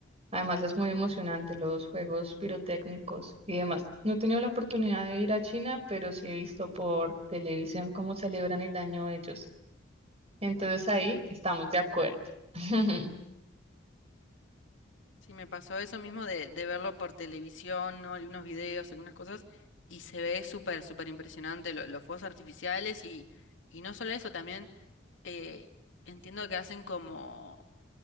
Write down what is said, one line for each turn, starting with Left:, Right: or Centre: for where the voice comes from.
Right: Además, es muy emocionante los juegos pirotécnicos y demás. No he tenido la oportunidad de ir a China, pero sí he visto por televisión cómo celebran el año ellos. Entonces ahí estamos de acuerdo. <laughs>
Left: Sí, me pasó eso mismo de, de verlo por televisión, ¿no? Algunos videos, algunas cosas, y se ve súper, súper impresionante lo- los fuegos artificiales y, y no solo eso, también eh, entiendo que hacen como